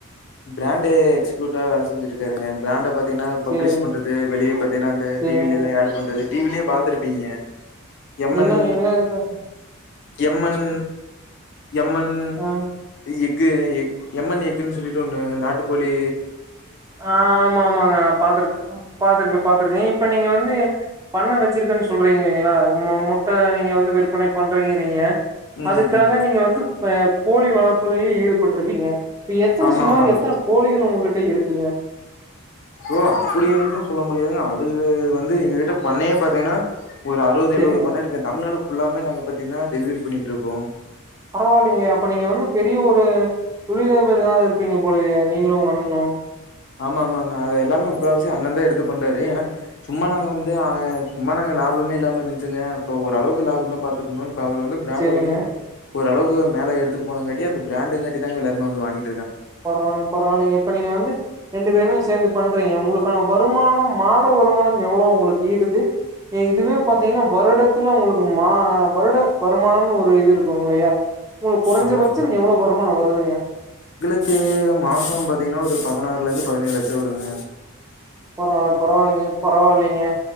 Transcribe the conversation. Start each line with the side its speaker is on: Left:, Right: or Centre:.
Left: பிராண்ட எக்ஸிகியூட்டா வேல செஞ்சுட்ருக்காருங்க பிராண்ட பத் தின பப்ளிஷ்
Right: சேரிங்க
Left: பண்றது வெளிய பாத்தீங்கன்னா அந்த
Right: சேரிங்க
Left: டி வி-ல எல்லா ஆட் பண்றது டி வி-லயே பாத்துருப்பீங்க எம்மன்
Right: என்ன என்ன இருக்கு?
Left: எம்மன் எம்மன்
Right: ஆ
Left: எக் கு எம்மண் எஃகுன் சொல்லிட்டு ஒன்னு நாட்டு கோழி
Right: அ ஆமா ஆமாங்க பாத்திருக்கே பாத்துருக்கே பாத்துருக்கே இப்ப நீங்க வந்து பண்ண வச்சிருக்கன் சொல்றீங்க இல்லைங்ளா முட்ட நீங்க வந்து விற்பனை பண்றீங்கிறீங்க
Left: ம்
Right: அதுக்காக
Left: ம்
Right: நீங்க வந்து இப்ப கோழி வளப்புகளையு ஈடு பட்ருபிங்க இப்ப எத்தன
Left: ஆமா
Right: சுமார்
Left: ஆமாங்க
Right: எத்தன கோழிகள் உங்க்கிட்ட இருக்
Left: ஓ அப்டினு சொல்ல முடியாது அது வந்து எங்க கிட்ட பண்ணயே பாத்தீங்கனா ஒரு அறுபது
Right: சரிங்க
Left: எழுபது பண்ண இருக்கு தமிழ்நாடு ஃபுல்லாவுமே நாங்க பத்தீங்னா டெலிவரி பண்ணிகிட்ருக்கோ
Right: பரவா இல்லிங்ளே அப்ப நீங்க வந்து பெரிய ஒரு தொழிலதிபரா இருப்பீங்க போலயே நீங்களு உங்க அண்ணனு
Left: ஆமா ஆமாங்க அது எல்லாமே முககாவாசி அண்ணன் தான் எடுத்து பண்றாரு ஏன்னா சும்மா நாங்க வந்து சும்மா நாங்க லாபமே இல்லாம இருந்துச்சுங்க இப்ப ஓளவுக்கு லாப தா பாத்துருக்கோ இப்ப அவுர் வந்து ப்ராண்ட
Right: சரிங்க
Left: வந்து ஒரு அளவுக்கு மேல எடுத்துட்டு போனங்கட்டி அந்த ப்ராண்டுங்கட்டி தங்க எல்லாரு வந்து வாங்கி
Right: பரவால பரவால்லிங்க இப்ப நீங்க வந்து ரெண்டு பேர்மே சேந்து பண்றீங்க உங்களுக்கான வருமானம் மாத வருமானம் எவ்ளோ உங்களுக்கு ஈடுது இதுவே பாத்தீங்கன்னா வருடத்துல உங்களுக்கு மா வருட வருமானம்னு ஒரு இது இருக்கு இல்லயா உங்களுக்கு குறைஞ்ச
Left: ஆமா
Right: பட்சம்
Left: ஆமா
Right: நீ எவ்வளவு வருமானம் வருதுங்க
Left: த்து மாசோ பாத்தீங்கன்னா ஒரு பதனாறுலேருந்து பதனேழு லட்ச வருங்க
Right: பரவால்லை பரவால்லங்க பரவால்லி ங்க